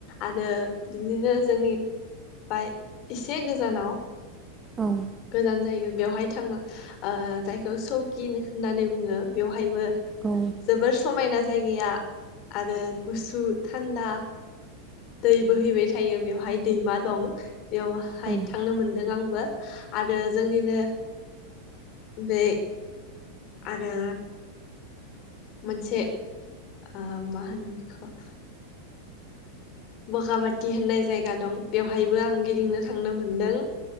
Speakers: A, on the left; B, on the right.
A: आरो बिदिनो जोंनि बाय एसे गोजानाव
B: औ
A: गोजान जायो बेवहाय थाङो ओ जायखौ सकिन होननानै बुङो बेवहायबो
B: औ
A: जोबोर समायना जायगाया आरो गुसु थान्दा दै बोहैबाय थायो बेवहाय दैमा दं बेवहाय
B: औ
A: थांनो मोनदों आंबो आरो जोंनिनो बे आरो मोनसे आ मा हानो बिखौ बगाबाथि होननाय जायगा दं बेवहायबो आं गिदिंनो थांनो मोनदों